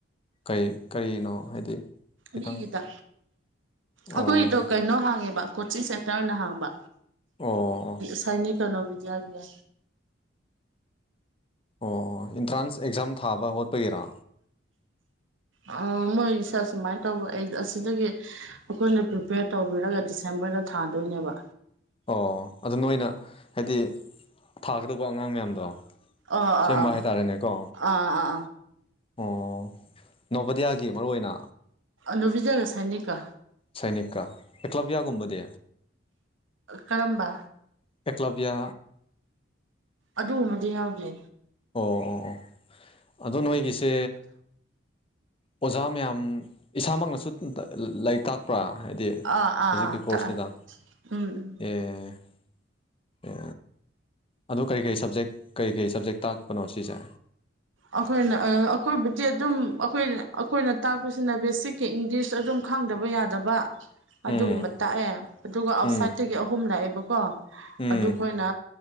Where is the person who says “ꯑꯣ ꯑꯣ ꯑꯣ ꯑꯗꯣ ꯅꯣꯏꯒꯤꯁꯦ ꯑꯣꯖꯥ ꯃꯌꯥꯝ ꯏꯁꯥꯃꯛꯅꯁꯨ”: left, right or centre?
Left